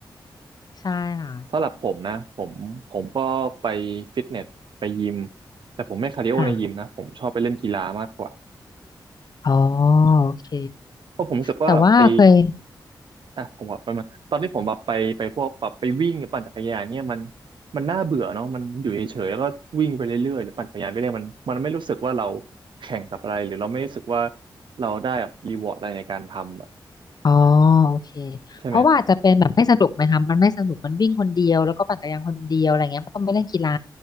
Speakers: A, on the left; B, on the right.
A: ใช่ค่ะ
B: สำหรับผมนะผมผมก็ไปฟิตเนสไปยิมแต่ผมไม่คาร์ดิโอในยิมนะผมชอบไปเล่นกีฬามากกว่า
A: ค่ะอ๋อโอเค
B: เพราะผมรู้สึกว่าไป
A: แต่ว่าเคย
B: อ่ะผมบอกไปมาตอนที่ผมแบบไปไปพวกแบบไปวิ่งหรือปั่นจักรยานเนี่ยมันมันน่าเบื่อเนาะมันอยู่เฉยๆแล้วก็วิ่งไปเรื่อยๆหรือปั่นจักรยานไปเรื่อยมันมันไม่รู้สึกว่าเราแข่งกับอะไรหรือเราไม่รู้สึกว่าเราได้แบบรีวอร์ดอะไรในการทำอะ
A: อ๋อโอเค
B: ใช่ไหม
A: เพราะว่าอาจจะเป็นแบบไม่สนุกไหมคะมันไม่สนุกมันวิ่งคนเดียวแล้วก็ปั่นจักรยานคนเดียวอะไรเงี้ยมันต้องไปเล่นกีฬา